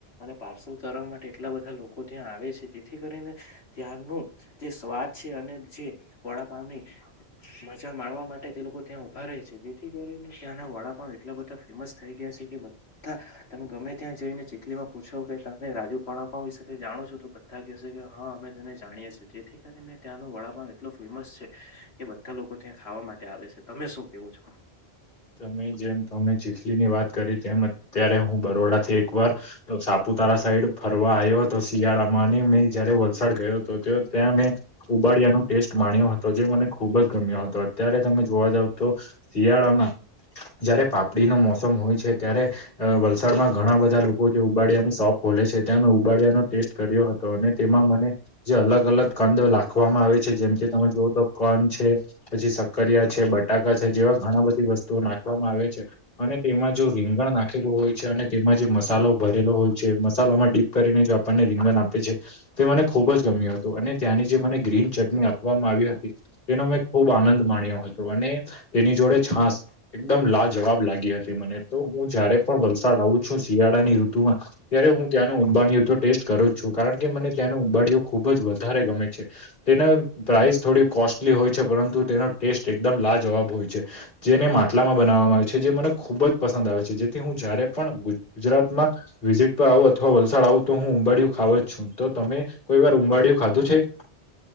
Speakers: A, on the left; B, on the left.
A: અને પાર્સલ કરવા માટે એટલા બધા લોકો ત્યાં આવે છે. તેથી કરીને ત્યાંનું જે સ્વાદ છે અને જે વડાપાવની મજા માણવા માટે તે લોકો ત્યાં ઉભા રહે છે તેથી કરીને ત્યાંના વડાપાઉ એટલા બધા ફેમસ થઈ ગયા છે કે હા, તમે ગમે ત્યાં જઈને ચીખલી માં પૂછો કે તમે રાજુ પણણ આપ વિશેકે જાણો છો તો બા કે કે હા અમે તેને જાણીએ છીએ જેથી કરીને ત્યાંનું વડાપાન એટલું ફેમસ છે, કે આ લોકો ત્યાં ખાવા માટે આવે છે તમે શું કેવો છો?
B: તમે જેમ તમે ચીખલી ની વાત કરી તેમ અત્યારે હું બરોડા થી એક એક વાર તો સાપુતારા સાઈડ ફરવા આવ્યો હતો શિયાળામાં મેં જયારે વલસાડ ગયો તો તે ત્યાં મેં ઉબાડિયા ન ટેસ્ટ માણ્યો હતો જે મને ખુબ જ ગમ્યો હતો. અત્યારે તમે જોવા જાવ તો શિયાળામાં જયારે પાપડીનું મોસમ હોય છે, ત્યારે વલસાડમાં ઘણા બધા લોકો જે ઉબાડ્યા અને સોફ ખોલે છે ત્યાં મેં ઉબાડ્યાનો ટેસ્ટ કર્યો હતો અને તેમાં મને જે અલગ અલગ કંદ લાગ ખવામાં આવે છે, જેમ કે તમે જોઓ તો કોન છે પછી સકરિયા છે બટાકા છે જેવા ઘણા બધી વસ્તુઓ નાખવામાં આવે છે, અને તેમાં જો રીંગણ નાખેલું હોય છે, અને તેમાં જે મસાલો ભરેલો હોય છે, મસાલામાં ડીપ કરીને જો આપણને રીંગણ આપે છે, તે મને ખુબ જ ગમ્યું હતું અને ત્યાંની જે મને ગ્રીન ચટણી આપવામાં આવી હતી તેનો મેં ખૂબ આનંદ માણ્યો હતો, અને તેની જોડે છાસ એકદમ લા જવાબ લાગી હતી મને તો હું જયારે પણ વલસાડ આવું છ શિયાળાની ઋતુમાં ત્યારે હું ત્યાંનો ઉંબાડીયો તો ટેસ્ટ કરો જ છું કારણ કે મને ત્યાંનો ઉંબાડીઓ ખુબ જ વધારે ગમે છે. તેના પ્રાઈસ થોડી કોસ્ટલી હોય છે, પરંતુ તેનો ટેસ્ટ એકદમ લાજવાબ હોય છે જેને માટલામાં બનાવવામાં આવે છે જે મને ખૂબ જ પસંદ આવે છે, જેથી હું જયારે પણ ગુજરાતમાં વિઝિટ પર આવું અથવા વલસાડ આવું તો હું ઉંબાડીયું ખાવ જ છું. તો તમે કોઈ વાર ઉમરળયું ખાધું છે?